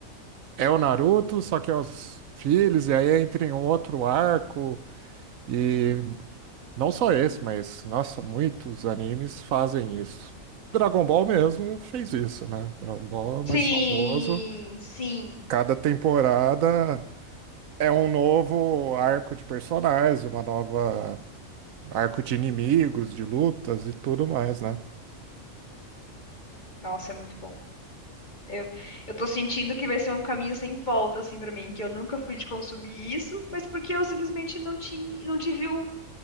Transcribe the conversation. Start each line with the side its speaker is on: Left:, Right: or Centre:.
Right: é o Naruto, só que é os filhos, e aí entra em outro arco, e não só esse, mas, nossa, muitos animes fazem isso. Dragon Ball mesmo fez isso, né? Dragon Ball é o mais
Left: Sim,
Right: famoso.
Left: sim.
Right: Cada temporada É um novo arco de personagens, uma nova arco de inimigos, de lutas e tudo mais, né?
Left: Nossa, é muito bom. Eu, eu tô sentindo que vai ser um caminho sem volta, assim, pra mim, que eu nunca fui de consumir isso, mas porque eu simplesmente não tinha, não tive o-